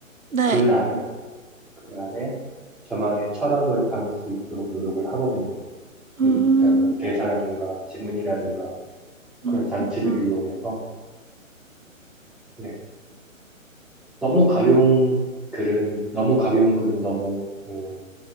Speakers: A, on the right; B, in the centre.
A: 네.
B: 글 안에 글 안에 저만의 철학을 담을 수 있도록 노력을 하거든요.
A: 음,
B: 일단 뭐 대사라든가 지문이라든가 그런
A: 음,
B: 장치들을
A: 음.
B: 이용해서 네. 너무 가벼운 글은, 너무 가벼운 글은 너무, 음,